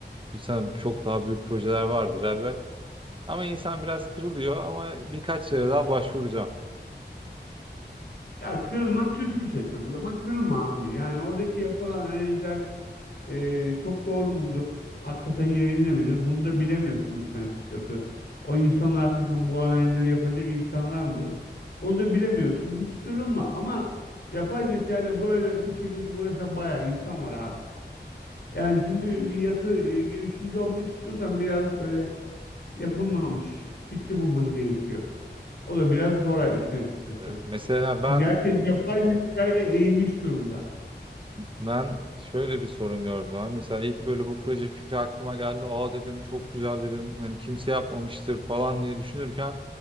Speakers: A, on the right; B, on the left.
A: bir sen çok daha büyük projeler vardır elbet. Ama insan biraz kırılıyor ama birkaç yere daha başvuracağım.
B: Ya kırılmak kötü bir şey tabii ama kırılma abi. Yani oradaki yapılan analizler e, çok doğru mudur? Hakikaten yerinde midir? Bunu da bilemiyorsun işin açıkçası. O insanlar hakikaten bu analizleri yapacak insanlar mıdır? Onu da bilemiyorsun. Hiç kırılma ama yapay zeka ile böyle bu şekilde uğraşan bayağı insan var abi. Yani çünkü
A: Evet.
B: bir yatı e, girişimci olmak istiyorsan biraz böyle yapılmamış fikri bulman gerekiyor. O da biraz zor işin açıkçası.
A: Ya Mesela ben
B: Çünkü herkes yapay zekaya eğilmiş durumda.
A: ben şöyle bir sorun gördüm abi. Mesela ilk böyle bu proje fikri aklıma geldi. Aa dedim çok güzel dedim. Hani kimse yapmamıştır falan diye düşünürken